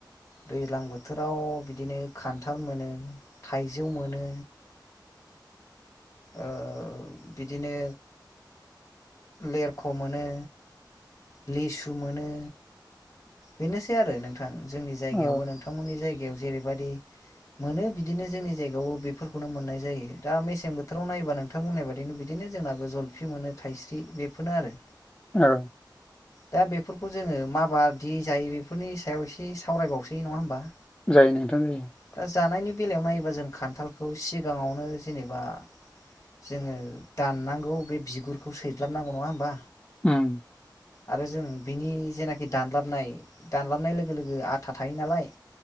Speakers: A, on the left; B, on the left.
A: दैज्लां बोथोराव बिदिनो खान्थाल मोनो थाइजौ मोनो ओ बिदिनो लेरख' मोनो लिसु मोनो। बेनोसै आरो नोंथां जोंनि जायगायावबो
B: औ
A: नोंथांमोननि जायगायाव जेरैबादि मोनो बिदिनो जोंनि जायगायावबो बेफोरखौनो मोननाय जायो दा मेसें बोथोराव नायबा नोंथां बुंनाय बादिनो बिदिनो बिनो जोंनाबो जलफि मोनो थाइस्रि बेफोरनो आरो।
B: औ
A: दा बेफोरखौ जोङो माबादि जायो बेफोरनि सायाव एसे सावरायबावसै नङा होमबा
B: जायो नोंथां जायो
A: दा जानायनि बेलायाव नायोबा जों खान्थालखौ सिगाङावनो जेनेबा जोङो दाननांगौ बे बिगुरखौ सैज्लाबनांगौ नङा होमबा
B: उम
A: आरो जों बिनि जेनाखि दानलाबनाय दानलाबनाय लोगो लोगो आथा थायो नालाय